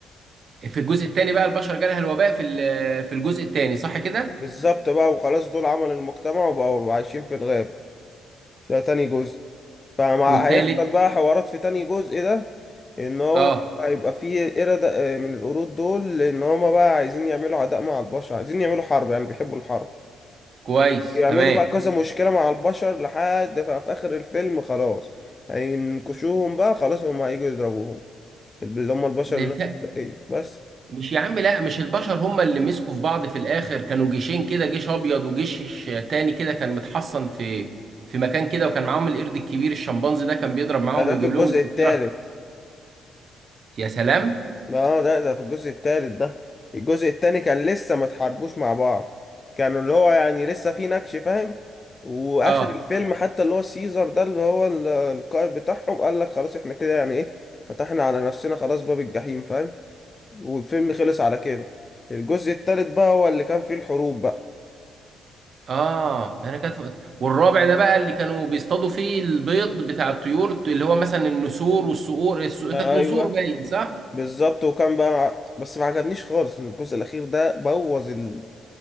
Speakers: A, on the right; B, on the left.
A: في الجزء الثاني بقى البشر جالها الوباء في ال- آه، في الجزء الثاني صح كده
B: بالظبط بقى وخلاص دول عملوا المجتمع وبقوا عايشين في الغابة ده تاني جزء فمع
A: والتالت
B: هيحصل بقى حوارات في تاني جزء ده ان هو
A: اه
B: هيبقى فيه قردة آه، من القرود دول لان هما بقى عايزين يعملوا عداء مع البشر عايزين يعملوا حرب يعني بيحبوا الحرب
A: كويس
B: يعملوا
A: تمام
B: بقى كذا مشكلة مع البشر لحد ف- في آخر الفيلم خلاص هينكشوهم بقى خلاص هم هيجوا يضربوهم اللي هم البشر
A: لف-
B: الناس الباقية بس
A: مش يا عم لا مش البشر هم اللي مسكوا في بعض في الاخر كانوا جيشين كده جيش ابيض وجيش تاني كده كان متحصن في في مكان كده وكان معاهم القرد الكبير الشمبانزي ده كان بيضرب معاهم
B: ده, ده
A: ويجيب
B: في الجزء
A: لهم الذخيره
B: التالت
A: يا سلام
B: اه ده ده في الجزء التالت ده الجزء التاني كان لسه ما اتحاربوش مع بعض كانوا اللي هو يعني لسه في نكش فاهم واخر
A: اه
B: الفيلم حتى اللي هو سيزر ده اللي هو ال- القائد بتاعهم قال لك خلاص احنا كده يعني ايه فتحنا على نفسنا خلاص باب الجحيم فاهم والفيلم خلص على كده الجزء التالت بقى هو اللي كان فيه الحروب بقى
A: اه انا كانت والرابع ده بقى اللي كانوا بيصطادوا فيه البيض بتاع الطيور اللي هو مثلا النسور والصقور الصقور
B: ايوه
A: كانت نسور باين صح
B: بالظبط وكان بقى بس ما عجبنيش خالص الجزء الأخير ده بوظ ال...